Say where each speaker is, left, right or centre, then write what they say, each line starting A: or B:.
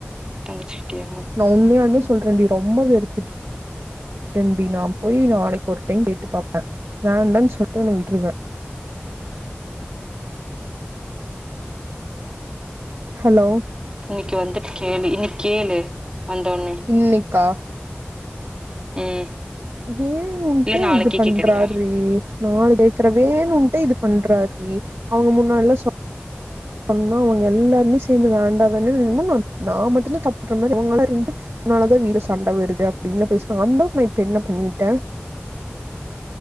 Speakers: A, on the right; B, on the right.
A: தங்கச்சிக்கிட்டயா
B: நா உண்மையால்மேஸ் சொல்றன்டி ரொம்ப வெறுத்துட் டென்டி நா போய் நாளைக்கு ஒரு டைம் கேட்டு பாப்ப வேண்டான் சொல்ட்டா நா விட்ருவ ஹலோ
A: இன்னைக் வந்துட்டு கேளு இன்னைக் கேளு வந்தோட்னே
B: இன்னைக்கா
A: ம்
B: வேணுன்ட்டே
A: இல்ல நாளைக்கே
B: இது பண்றார்ரீ
A: கேக்குறியா
B: நாளை கேக்குற வேனுன்ட்டே இது பண்றார்ரீ அவுங்க முன்னால சொ ஒன்ன அவ்ங்க எல்லாருமே சேந்து வேண்டா வேண்டான்னு என்னமோ நா மட்டுந்தா தப்பு பண்மாரி அவுங்களா ரெண்டு உன்னாலதா வீடு சண்ட வருது அப்டின்னு பேசுவாங்க அந்தளவுக்கு நா இப்ப என்ன பண்ணிட்ட